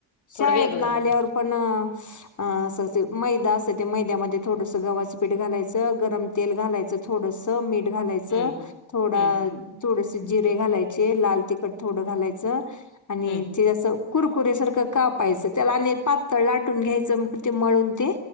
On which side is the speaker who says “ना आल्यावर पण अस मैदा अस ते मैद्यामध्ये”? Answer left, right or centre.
Left